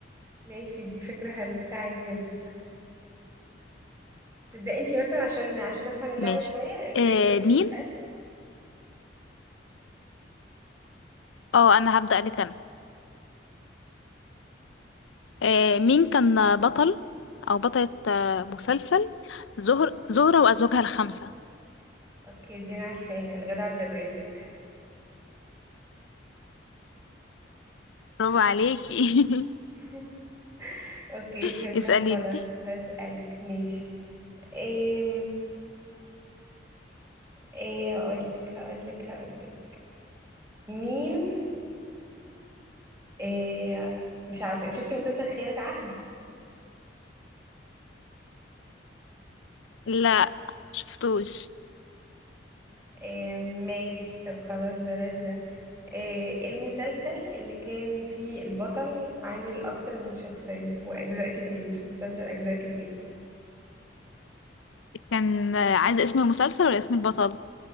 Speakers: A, on the right; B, on the left.
A: ماشي دي فكرة حلوة تعالي نبدأ تبدأ انتي مثلا عشان عشان افهم اللعبة
B: ماشي
A: شوية ابدأي
B: إيه
A: كده قولي
B: مين
A: لي سؤال
B: اه انا هبدأ لك انا إيه مين كان بطل او بطلة آه، مسلسل زهر زهرة وازواجها الخمسة
A: اوكي دي انا عارفاها غادة عبد الرازق
B: برافو عليكي
A: <laughs> اوكي
B: <laughs>
A: فهمتها
B: اسأليني
A: خلاص هسألك ماشي ايه ايه اقولك هقولك هقولك مين ايه مش عارفة انت شفتي مسلسل خيانة عهد
B: لا شفتوش
A: ايه ماشي طب خلاص بلاش ده آه، المسلسل اللي كان فيه البطل عامل أكتر من شخصية وأجزاء كتير مسلسل أجزاء كتير
B: كان آه، عايزة اسم المسلسل ولا اسم البطل